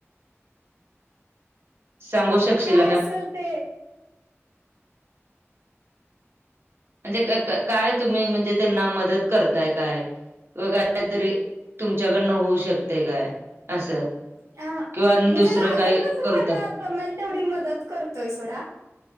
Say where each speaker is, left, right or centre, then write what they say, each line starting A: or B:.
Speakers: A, on the right; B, on the right.
A: सांगू शकशील
B: असल ते
A: म्हणजे क -काय तुम्ही म्हणजे त्यांना मदत करताय काय? किंवा कायतरी तुमच्याकडनं होऊ शकते काय? असं
B: हा,
A: किंवा आणि
B: म्हणजे
A: दुसरं
B: लागल
A: काही
B: तस त्यांना
A: करत
B: जमेल तेवढी मदत करतोय सोडा.